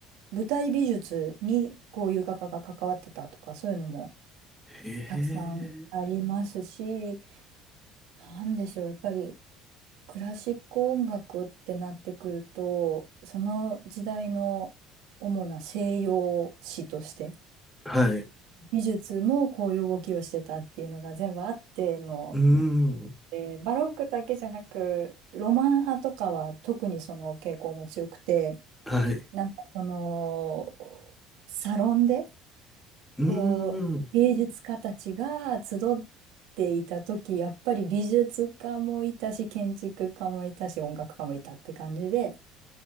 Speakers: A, on the right; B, in the centre.
A: 舞台美術にこういう画家が関わってたとか、そういうのも
B: へえ。
A: たくさんありますし、なんでしょう、やっぱりクラシック音楽ってなってくると、その時代の主な西洋史として、
B: はい。
A: 美術もこういう動きをしてたっていうのが全部あっての、
B: うん。
A: えーバロックだけじゃなく、ロマン派とかは特にその傾向も強くて、
B: はい。
A: なんかその、サロンで、
B: うん。
A: こう、芸術家たちが集っていた時、やっぱり美術家もいたし、建築家もいたし、音楽家もいたって感じで、